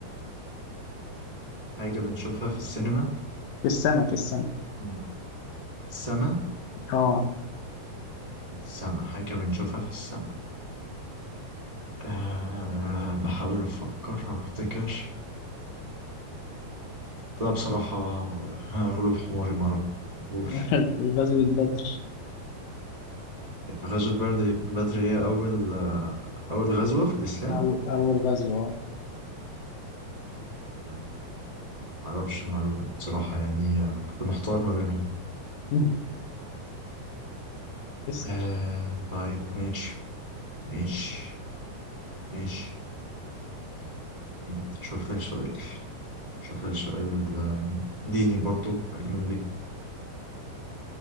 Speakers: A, on the right; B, on the left.
A: حاجة بنشوفها في السينما
B: في السماء في السماء
A: مم. السما
B: اه
A: السما حاجة بنشوفها في السما آه بحاول أفكر أو أفتكر لا بصراحة غلوب حماري مرة قول
B: <laughs> غزوة بدر
A: غزوة برد- بدر هي أول آه، أول غزوة في الإسلام
B: أو أول غزوة أه
A: مم، معرفش المعلومة دي بصراحة يعني آه، كنت محتار ما بينهم
B: مم. اسأل
A: آه طيب ماشي ماشي ماشي مم. شوف لك سؤال شوف لك سؤال آه، ديني برضو لأن ليك